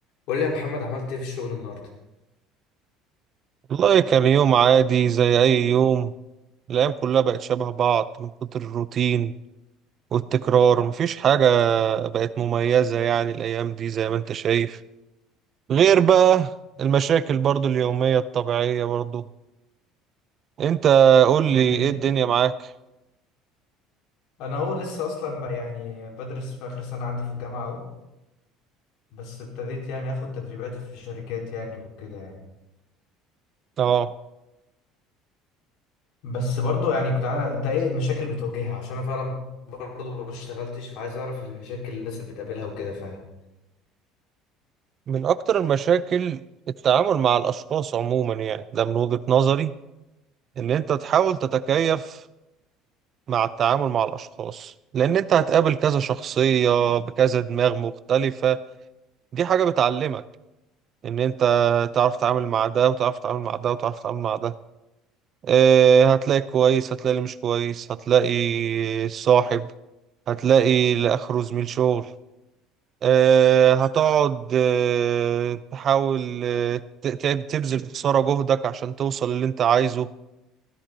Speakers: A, on the left; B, on the right.
A: قول لي يا محمد عملت ايه في الشغل النهارده
B: والله كان يوم عادي زي أي يوم الأيام كلها بقت شبه بعض من كتر الروتين والتكرار مفيش حاجة بقت مميزة يعني الأيام دي زي ما أنت شايف غير بقى المشاكل برضو اليومية الطبيعية برضو أنت قول لي
A: انت ايه
B: إيه الدنيا معاك
A: انا هو لسه اصلا بقى يعني بدرس في اخر سنه عندي في الجامعه اهو بس ابتديت يعني اخد تدريبات في شركات يعني وكده يعني
B: أه
A: بس برضو يعني كنت عارف انت ايه المشاكل بتواجهها عشان انا فعلا برضه ما اشتغلتش فعايز اعرف المشاكل اللي الناس اللي بتقابلها وكده فاهم
B: من أكتر المشاكل التعامل مع الأشخاص عموما يعني ده من وجهة نظري إن أنت تحاول تتكيف مع التعامل مع الأشخاص لأن أنت هتقابل كذا شخصية بكذا دماغ مختلفة دي حاجة بتعلمك إن أنت تعرف تتعامل مع ده وتعرف تتعامل مع ده وتعرف تتعامل مع ده آه، هتلاقي كويس هتلاقي اللي مش كويس هتلاقي صاحب هتلاقي اللي آخره زميل شغل آه، هتقعد آه، تحاول آه، ت- ت- تبذل في خسارة جهدك عشان توصل اللي أنت عايزه